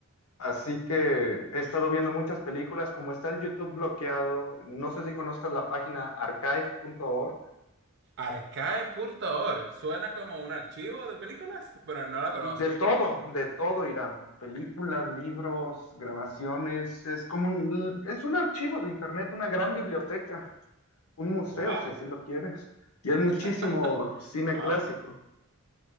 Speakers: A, on the left; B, on the right.
A: Así que he estado viendo muchas películas, como está el YouTube bloqueado. No sé si conozcas la página archive.org.
B: Arcae.org. Suena como un archivo de películas, pero no la conozco.
A: De todo, de todo, Irán. Películas, libros, grabaciones. Es como un, es un archivo de internet, una gran biblioteca, un museo,
B: Wow.
A: si así lo quieres. Y hay muchísimo
B: <laughs>
A: cine
B: Wow.
A: clásico.